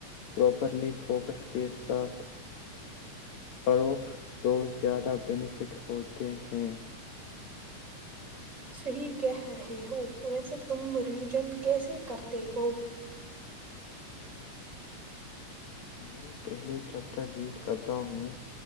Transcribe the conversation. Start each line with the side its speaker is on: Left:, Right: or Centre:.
Left: پراپرلی فوکس کے ساتھ پڑو تو زیادہ بینیفٹ ہوتے ہیں
Right: صی کہہ رہے ہو ویسے تم ریوجن کیسے کرتے ہو
Left: میں پہلے چیپٹر ریڈ کرتا ہوں